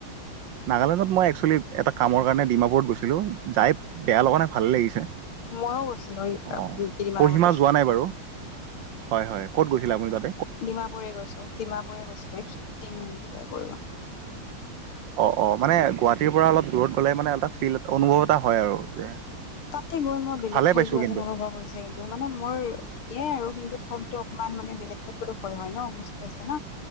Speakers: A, on the right; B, on the left.
A: নাগালেণ্ডত মই একচুৱেলি এটা কামৰ কাৰণে ডিমাপুৰত গৈছিলো। যাই বেয়া লগা নাই ভালে লাগিছে।
B: মইও গৈছিলো
A: অ
B: কেইদিনমান
A: কহিমা
B: আগতে।
A: যোৱা নাই বাৰু হয় হয় ক'ত গৈছিলে আপুনি তাত
B: ডিমাপুৰে গৈছো ডিমাপুৰে গৈছিলো শিফ্টিং কিবা কৰিব।
A: অহ অহ মানে গুৱাহাটীৰ পৰা অলপ দূৰত গ'লে মানে এটা ফিল অনুভৱ এটা হয় আৰু, যে
B: তাতে গৈ মই বেলেগ
A: ভালে
B: ঠাই
A: পাইছোঁ
B: যোৱা
A: কিন্তু
B: যেন অনুভৱ হৈছে কিন্তু। মানে মোৰ ঠিকেই আৰু কিন্তু তথাপিতো অকমান মানে বেলেগ ঠাই গলো ভয় হয় ন বুজি পাইছে ন?